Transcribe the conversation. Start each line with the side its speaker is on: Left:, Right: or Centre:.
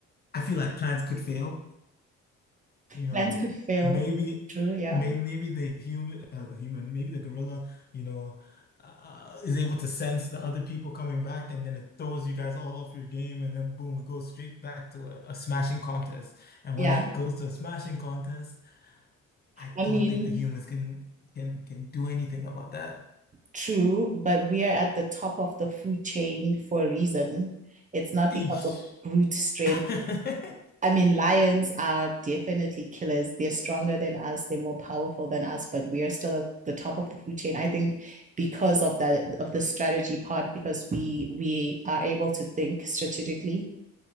Left: I feel like plans could fail. you know,
Right: Plans could fail.
Left: maybe,
Right: True, yeah.
Left: maybe, maybe the human, uh, the human, maybe the gorilla, you know, uh, is able to sense the other people coming back, and then it throws you guys all off your game, and then boom, it goes straight back to a, a smashing contest. And
Right: Yeah.
Left: when it goes to a smashing contest, I
Right: I
Left: don't
Right: mean,
Left: think the humans can can can do anything about that.
Right: true, but we are at the top of the food chain for a reason. It's not
Left: Eesh.
Right: because of brute strength
Left: <laughs>
Right: I mean, lions are definitely killers. They're stronger than us, they're more powerful than us, but we are still at the top of the food chain. I think because of that of the strategy part, because we we are able to think strategically.